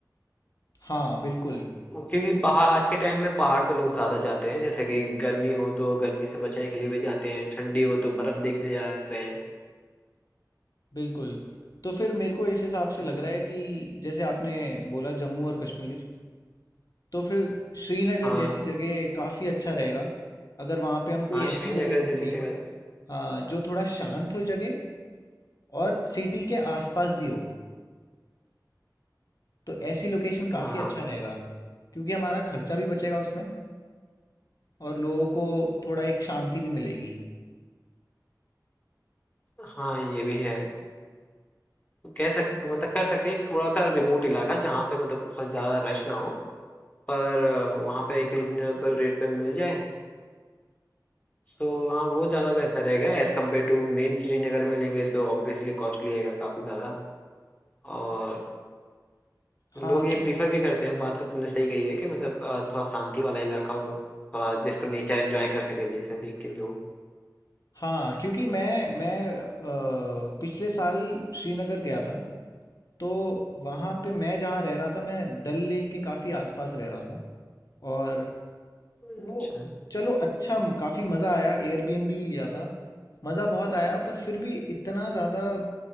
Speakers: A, on the left; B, on the left.
A: हाँ बिल्कुल
B: क्योंकि पहाड़ आज के टाइम में पहाड़ पे लोग ज़्यादा जाते हैं जैसे कि गर्मी हो तो गर्मी से बचने के लिए भी जाते हैं ठंडी हो तो बर्फ़ देखने जा रहे हैं
A: बिल्कुल। तो फिर मेरे को इस हिसाब से
B: हम्म।
A: लग रहा है कि जैसे आपने बोला जम्मू और कश्मीर, तो फिर श्रीनगर
B: हाँ
A: जैसी जगह काफ़ी अच्छा रहेगा। अगर वहाँ पे हम कोई
B: हाँ
A: ऐसी
B: श्रीनगर
A: जगह ढूँढ
B: जैसी
A: लें
B: जगह
A: हाँ, जो थोड़ा शांत हो जगह और सिटी के आसपास भी हो, तो ऐसी लोकेशन
B: हाँ
A: काफ़ी अच्छा रहेगा। क्योंकि हमारा खर्चा भी बचेगा उसमें और लोगों को थोड़ा एक शांति भी मिलेगी।
B: हाँ ये भी है तो कह सक मतलब कर सकते हैं एक थोड़ा सा रिमोट इलाका जहाँ पे मतलब बहुत ज़्यादा रश ना हो पर वहाँ पे एक रीजनेबल रेट पे मिल जाए तो हाँ वो ज़्यादा बेहतर रहेगा As compare to main Srinagar में लेंगे तो ऑब्वियसली कॉस्टली रहेगा काफ़ी ज़्यादा और
A: हाँ,
B: लोग ये प्रीफर भी करते हैं बात तो तुमने सही कही है कि मतलब अ, थोड़ा शांति वाला इलाका हो थोड़ा जिसको नेचर एंजॉय कर सके जैसे देख के लोग
A: हाँ क्योंकि मैं मैं अ, पिछले साल श्रीनगर गया था तो वहाँ पे मैं जहाँ रह रहा था मैं डल लेक के काफ़ी आसपास रह रहा था और
B: अच्छा
A: वो चलो अच्छा काफ़ी मज़ा आया एयरबीएनबी लिया था मज़ा बहुत आया पर फिर भी इतना ज़्यादा